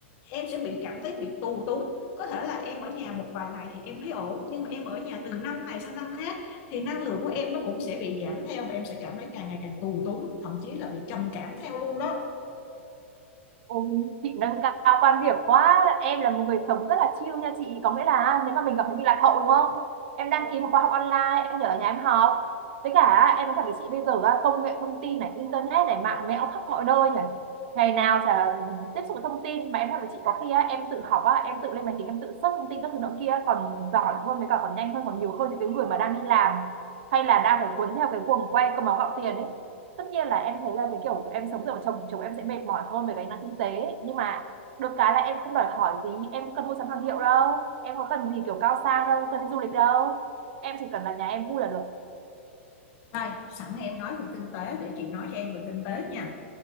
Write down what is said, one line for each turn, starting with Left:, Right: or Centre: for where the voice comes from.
Left: em sẽ bị cảm thấy bị tù túng có thể là em ở nhà một vài ngày thì em thấy ổn nhưng mà em ở nhà từ năm này sang năm khác thì năng lượng của em nó cũng sẽ bị giảm theo và em sẽ cảm thấy càng ngày càng tù túng thậm chí là bị trầm cảm theo luôn đó
Right: Ôi, chị nâng cao quan điểm quá em là một người sống rất là chill nha chị có nghĩa là nếu mà mình cảm thấy mình lạc hậu đúng không em đăng ký một khóa học online em nhờ ở nhà em học với cả em nói thật với chị bây giờ á, công nghệ thông tin này internet này mạng mẽo khắp mọi nơi nhỉ ngày nào chả tiếp xúc với thông tin mà em nói thật với chị có khi á, em tự học á, em tự lên máy tính em tự search thông tin các thứ nọ kia còn giỏi hơn với cả còn nhanh hơn còn nhiều hơn những cái người mà đang đi làm hay là đang phải cuốn theo cái guồng quay cơm áo gạo tiền ấy tất nhiên là em thấy là cái kiểu em sống dựa vào chồng thì chồng em sẽ mệt mỏi hơn về cái năng kinh tế nhưng mà được cái là em không đòi hỏi gì em cần mua sắm hàng hiệu đâu em có cần gì kiểu cao sang đâu cần đi du lịch đâu em chỉ cần là nhà em vui là được
Left: đây sẵn em nói về kinh tế để chị nói cho em về kinh tế nha